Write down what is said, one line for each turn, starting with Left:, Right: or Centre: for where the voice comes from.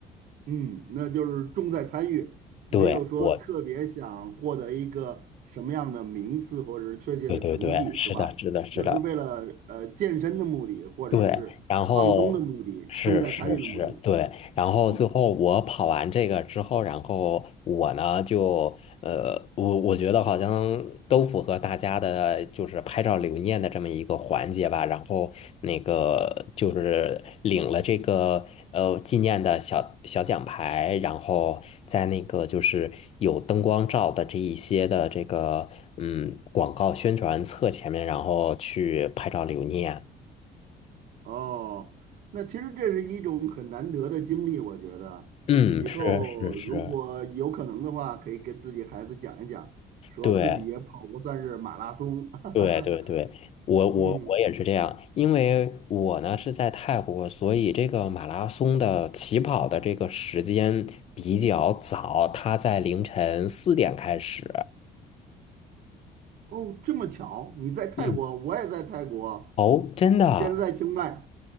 Right: 嗯，那就是重在参与，没有说特别想获得一个什么样的名次或者是确切的成绩，
Left: 对，我，对对对，是的，
Right: 是吧？
Left: 是的，是的。
Right: 就是为了呃健身的目的，或者是放松的目的，
Left: 对，然后是是是，
Right: 重在参与的目的。
Left: 对，然后最后我跑完这个之后，
Right: 嗯，
Left: 然后我呢就呃，我我觉得好像都符合大家的，就是拍照留念的这么一个环节吧。然后那个就是领了这个呃纪念的小小奖牌，然后在那个就是有灯光照的这一些的这个嗯广告宣传册前面，然后去拍照留念。
Right: 哦，那其实这是一种很难得的经历，我觉得以后如果有可能的话，
Left: 嗯，是是是，
Right: 可以跟自己孩子讲一讲，说自己也跑过算是马拉松。
Left: 对
Right: <laughs>
Left: 对对对，我我我也是这样，
Right: 嗯。
Left: 因为我呢是在泰国，所以这个马拉松的起跑的这个时间比较早，它在凌晨四点开始。
Right: 哦，这么巧，你在泰国，
Left: 嗯，
Right: 我也在泰国，
Left: 哦，真的
Right: 我现在在清迈。